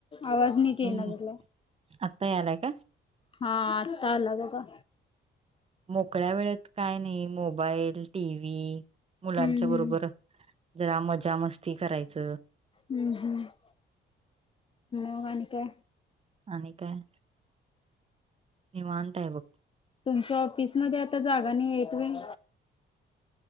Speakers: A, on the left; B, on the right.
A: आवाज नीट येईना
B: हम्म
A: झालाय,
B: आत्ता यालाय का
A: हा... आत्ता आला बघा.
B: मोकळ्या वेळेत काय नाही मोबाईल टीव्ही मुलांच्या
A: हम्म
B: बरोबर
A: हम्म.
B: जरा मजा मस्ती करायच.
A: हम्म हम्म. मग आणि काय
B: आणि काय निवांत आहे बघ.
A: तुमच्या ऑफिस मध्ये आता जागा नाही येत व्हय.